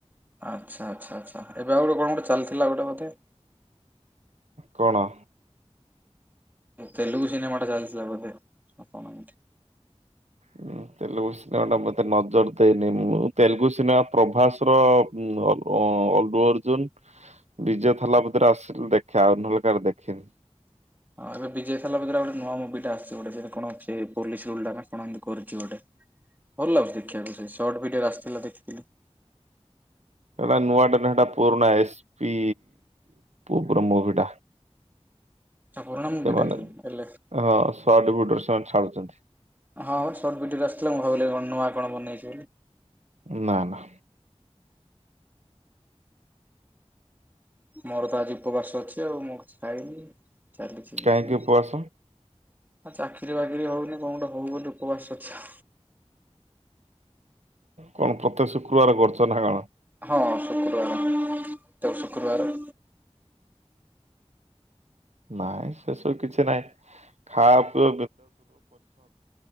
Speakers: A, on the right (about 15°); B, on the right (about 80°).
A: ଆଚ୍ଛା ଆଚ୍ଛା ଆଛା। ଏବେ ଆଉ ଗୋଟ କଣ ଗୋଟେ ଚାଲିଥିଲା ଗୋଟେ ବୋଧେ?
B: କଣ?
A: ତେଲୁଗୁ ସିନେମା ଟା ଚାଲିଥିଲା ବୋଧେ? ଆଉ କଣ?
B: ଉଁ, ତେଲୁଗୁ ସିନେମା ଟା ମୁ ଏତେ ନଜର ଦେଇନି। ମୁଁ ତେଲୁଗୁ ସିନେମା ପ୍ରଭାସର ହୁଁ ଅ ଅଲ୍ଭୁ ଅର୍ଜୁନ ବିଜୟ ଥାଲାପତି ରେ ଆସିଲେ ଦେଖେ ଆଉ ନହେଲେ କାଆର ଦେଖେିନି।
A: ହଁ ଏବେ ବିଜୟ ଥେଲାପତିର ଆଉ ଗୋଟେ ନୂଆ ମୁଭିଟେ ଆସିଛି ଗୋଟେ ସେ କଣ ଗୋଟେ ପୋଲିସ ରୋଲ ଟା ନା କଣ ଏମତି କରିଛି ଗୋଟେ। ଭଲ ଲାଗୁଛି ଦେଖିବାକୁ ସେ ସଟ ଭିଡିଓରେ ଆସିଥିଲା ଦେଖିଥିଲି।
B: ସେଟା ନୂଆଟାନା ପୁରୁଣା ଏସ୍ ପି ବ୍ରହ୍ମ ମୁଭି ଟା।
A: ଏଟା ପୁରୁଣା ମୁବିିଟା
B: ସେମାନେ
A: କିି ଏଲେ?
B: ହଁ ସଡ ଫୁଡରେ ସେମାନେ ଛାଡୁଛନ୍ତି।
A: ହଁ ହଁ ସର୍ଟ ଭିଡ଼ିଓରେ ଆସିଥିଲା ମୁଁ ଭାବିଲି କଣ ନୂଆ କଣ ବନେଇ
B: ନା ନା।
A: ମୋର ତ ଆଜି ଉପବାସ ଅଛି ଆଉ ମୁଁ କିଛି ଖାଇନି ଚାଲିଛି ଏମତି
B: କାହିଁକି
A: ଆଉ।
B: ଉପବାସ
A: ଆ ଚାକିରି ବାକିରି ହଉନି କଣ ଗୋେ ହଉ ବୋଲି ଉପବାସ ଅଛି।
B: କଣ ପ୍ରତ୍ୟେକ ଶୁକ୍ରବାର କରୁଚ ନା କଣ?
A: ହଁ, ଶୁକ୍ରବାର ତ ଶୁକ୍ରବାର।
B: ନାଇଁ ସେସବୁ କିଛି ନାଇଁ ଖାଅ ପି।